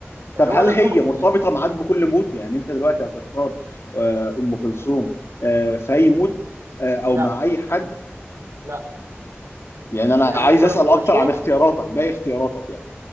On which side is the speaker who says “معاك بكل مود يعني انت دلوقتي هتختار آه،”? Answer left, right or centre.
Left